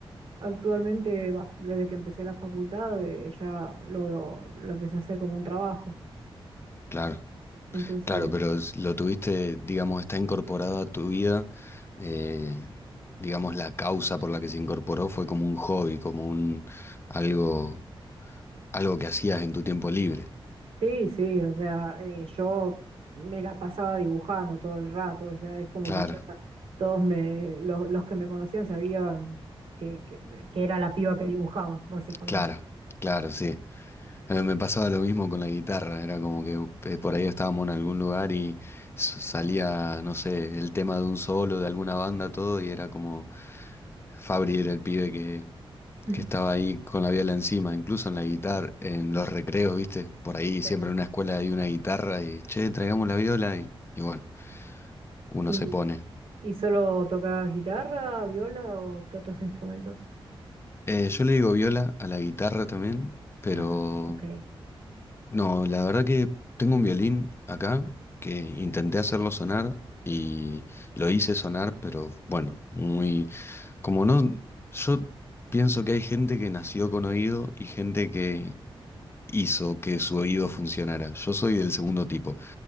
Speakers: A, on the right (about 80°); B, on the left (about 25°).
A: actualmente, bah, desde que empecé la facultad, eh, ya lo, lo empecé a hacer como un trabajo.
B: Claro.
A: Entonces...
B: Claro, pero es- lo tuviste, digamos, está incorporado a tu vida, eh, digamos, la causa por la que se incorporó fue como un hobby, como un algo, algo que hacías en tu tiempo libre.
A: Sí, sí, o sea, eh, yo me la pasaba dibujando todo el rato, o sea, es como
B: Claro,
A: que ya todos me, los, los que me conocían sabían que, que, que era la piba que dibujaba, básicamente.
B: claro, claro, sí. Eh, Me pasaba lo mismo con la guitarra, era como que eh, por ahí estábamos en algún lugar y s- salía, no sé, el tema de un solo, de alguna banda, todo, y era como Fabri era el pibe que,
A: <laughs>
B: que estaba ahí con la viola encima, incluso en la guitarra, en los recreos, ¿viste? Por ahí
A: Sí.
B: siempre en una escuela hay una guitarra y, che, traigamos la viola y, y bueno, uno
A: ¿Y,
B: se pone.
A: y solo tocaba guitarra, viola o qué otros instrumentos?
B: Eh, yo le digo viola a la guitarra también, pero
A: Ah, ok.
B: No, la verdad que tengo un violín acá que intenté hacerlo sonar y lo hice sonar, pero bueno, muy, como no, yo pienso que hay gente que nació con oído y gente que hizo que su oído funcionara. Yo soy del segundo tipo.